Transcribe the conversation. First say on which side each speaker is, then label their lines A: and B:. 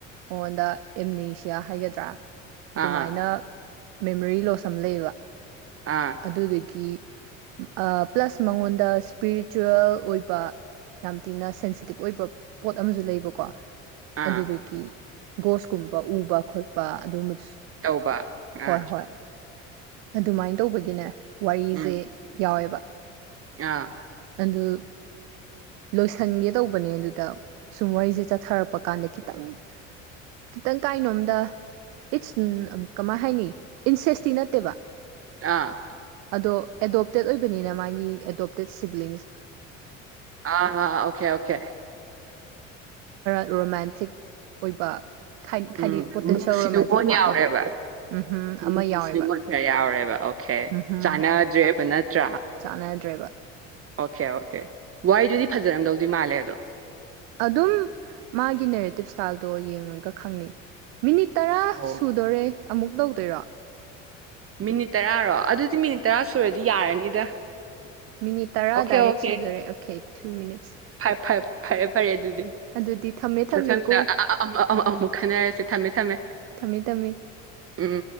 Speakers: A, on the right (about 55°); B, on the right (about 35°).
A: ꯃꯉꯣꯟꯗ ꯑꯦꯝꯅꯦꯁꯤꯌꯥ ꯍꯥꯏꯒꯗ꯭ꯔꯥ
B: ꯑꯥ
A: ꯑꯗꯨꯃꯥꯏꯅ ꯃꯦꯃꯣꯔꯤ ꯂꯣꯁ ꯑꯃ ꯂꯩꯌꯦꯕ
B: ꯑꯥ
A: ꯑꯗꯨꯗꯒꯤ ꯑ ꯄ꯭ꯂꯁ ꯑ ꯃꯉꯣꯟꯗ ꯁ꯭ꯄꯤꯔꯤꯆꯨꯋꯦꯜ ꯑꯣꯏꯕ ꯌꯥꯝ ꯊꯤꯅ ꯁꯦꯟꯁꯤꯇꯤꯞ ꯑꯣꯏꯕ ꯄꯣꯠ ꯑꯃꯁꯨ ꯂꯩꯕꯀꯣ
B: ꯑꯥ
A: ꯑꯗꯨꯗꯒꯤ ꯒꯣꯁꯀꯨꯝꯕ ꯎꯕ ꯈꯣꯠꯄ ꯑꯗꯨꯝꯕ
B: ꯇꯧꯕ
A: ꯍꯣꯏ
B: ꯑꯥ
A: ꯍꯣꯏ ꯑꯗꯨꯃꯥꯏꯅ ꯇꯧꯕꯒꯤꯅꯦ ꯋꯥꯔꯤꯁꯦ
B: ꯎꯝ
A: ꯌꯥꯎꯋꯦꯕ
B: ꯑꯥ
A: ꯑꯗꯨ ꯂꯣꯏꯁꯟꯒꯦ ꯇꯧꯕꯅꯦ ꯑꯗꯨꯗ ꯁꯨꯝ ꯋꯥꯔꯤꯁꯦ ꯆꯠꯊꯔꯛꯄ ꯀꯥꯟꯗ ꯈꯤꯇꯪ ꯈꯤꯇꯪ ꯀꯥꯏꯅꯣꯝꯗ ꯏꯠꯁ ꯀꯃꯥꯏ ꯍꯥꯏꯅꯤ ꯏꯟꯁꯦꯁꯇꯤ ꯅꯠꯇꯦꯕ
B: ꯑꯥ
A: ꯑꯗꯣ ꯑꯦꯗꯣꯞꯇꯦꯠ ꯑꯣꯏꯕꯅꯤꯅ ꯃꯥꯒꯤ ꯑꯦꯗꯣꯞꯇꯦꯠ ꯁꯤꯕꯂꯤꯡꯁ
B: ꯑ ꯑꯣꯀꯦ ꯑꯣꯀꯦ
A: ꯔꯣꯃꯦꯟꯇꯤꯛ ꯑꯣꯏꯕ
B: ꯎꯝ
A: ꯍꯥꯏꯗꯤ ꯄꯣꯇꯦꯟꯁꯤꯌꯦꯜ
B: ꯅꯨꯡ ꯁꯤ
A: ꯔꯣꯃꯥꯟꯇꯤꯛ
B: ꯅꯨꯡꯀꯣꯟ
A: ꯄꯥꯔꯠꯅꯔ
B: ꯌꯥꯎꯔꯦꯕ
A: ꯎꯝꯍꯨꯝ
B: ꯅꯨꯡꯒꯤ
A: ꯑꯃ ꯌꯥꯎꯋꯦꯕ
B: ꯁꯤ ꯉꯣꯟ ꯈꯔ ꯌꯥꯎꯔꯦꯕ ꯑꯣꯀꯦ
A: ꯎꯝꯍꯨꯝ
B: ꯆꯥꯟꯅꯗ꯭ꯔꯦꯕ ꯅꯠꯇ꯭ꯔꯥ
A: ꯆꯥꯟꯅꯗ꯭ꯔꯦꯕ
B: ꯑꯣꯀꯦ ꯑꯣꯀꯦ ꯋꯥꯗꯨꯗꯤ ꯐꯖꯔꯝꯗꯧꯗꯤ ꯃꯥꯜꯂꯦ ꯑꯗꯣ
A: ꯑꯗꯨꯝ ꯃꯥꯒꯤ ꯅꯦꯔꯦꯇꯤꯞ ꯏꯁꯇꯥꯏꯜꯗꯣ ꯌꯦꯡꯉꯒ ꯈꯪꯅꯩ ꯃꯤꯅꯤꯠ ꯇꯔꯥ
B: ꯑꯣ
A: ꯁꯨꯗꯣꯔꯦ ꯑꯃꯨꯛ ꯇꯧꯗꯣꯏꯔꯣ
B: ꯃꯤꯅꯤꯠ ꯇꯔꯥꯔꯣ ꯑꯗꯨꯗꯤ ꯃꯤꯅꯤꯠ ꯇꯔꯥ ꯁꯨꯔꯗꯤ ꯌꯥꯔꯅꯤꯗ
A: ꯃꯤꯅꯤꯠ ꯇꯔꯥ
B: ꯑꯣꯀꯦ
A: ꯗꯥꯏꯔꯦꯛ
B: ꯑꯣꯀꯦ
A: ꯁꯨꯗꯣꯔꯦ ꯑꯣꯀꯦ ꯇꯨ ꯃꯤꯅꯤꯠꯁ
B: ꯐ ꯐꯦ ꯐꯔꯦ ꯐꯔꯦ ꯑꯗꯨꯗꯤ
A: ꯑꯗꯨꯗꯤ ꯊꯝꯃꯦ ꯊꯝꯃꯦꯀꯣ
B: ꯃꯊꯪꯗ ꯑꯃ ꯑꯃ ꯑꯃꯨꯛ ꯈꯟꯅꯔꯁꯤ ꯊꯝꯃꯦ ꯊꯝꯃꯦ
A: ꯊꯝꯃꯦ ꯊꯝꯃꯦ
B: ꯎꯝ